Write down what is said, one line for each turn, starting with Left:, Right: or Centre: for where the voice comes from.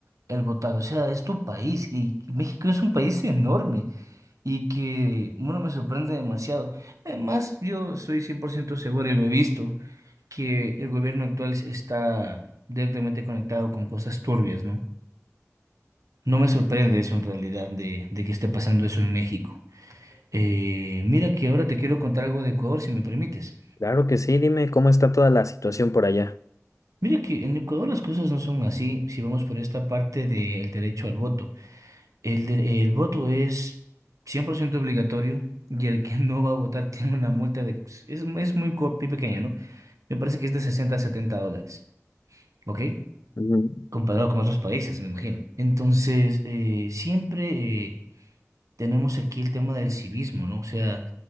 Right: el votar, o sea, es tu país y México es un país enorme y que, bueno, me sorprende demasiado. Además, yo estoy 100% seguro y lo he visto, que el gobierno actual está directamente conectado con cosas turbias, ¿no? No me sorprende eso en realidad de, de que esté pasando eso en México. Eh, mira que ahora te quiero contar algo de Ecuador, si me permites.
Left: Claro que sí, dime cómo está toda la situación por allá.
Right: Mira que en Ecuador las cosas no son así si vamos por esta parte del derecho al voto. El, de- el voto es 100% obligatorio y el que no va a votar <laughs> tiene una multa de... Es, es muy co- muy pequeña, ¿no? Me parece que es de 60 a 70 dólares, ¿ok?
Left: Ujú.
Right: Comparado con otros países, me imagino. Entonces, eh, siempre... eh, tenemos aquí el tema del civismo, ¿no? O sea,